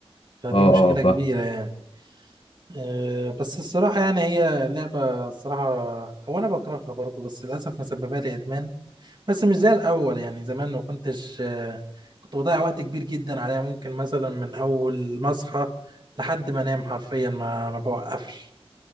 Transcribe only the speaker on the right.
فدي
مشكلة
كبيرة يعني أه، بس الصراحة يعني هي لعبة الصراحة هو أنا بكرهها برضه بس للأسف مسببة لي إدمان بس مش زي الأول يعني زمان ما كنتش أه، كنت بضيع وقت كبير جدا عليها ممكن مثلا من أول ما أصحى لحد ما أنام حرفيا ما ما بوقفش